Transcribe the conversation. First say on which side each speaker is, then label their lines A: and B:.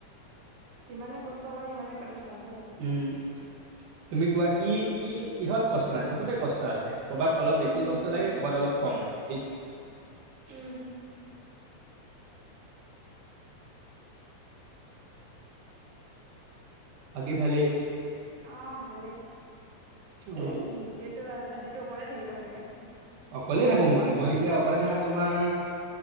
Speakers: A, on the right (about 70°); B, on the right (about 85°).
A: যিমানে কষ্ট কৰে সিমানে পইচা পাবই
B: উম তুমি কোৱা কি কি কিহত কষ্ট নাই চবতে কষ্ট আছে ক'ৰবাত অলপ
A: উম
B: বেছি কষ্ট লাগে ক'ৰবাত অলপ কম লাগে সেইটোৱে।
A: উম।
B: বাকী ভালেই।
A: অ ভালে,
B: অ
A: উমহ এতিয়াটো আজিটো অকলে থাকিবা চাগে।
B: অকলে থাকোং মই, মই এতিয়া অকলে থাকা তোমাৰ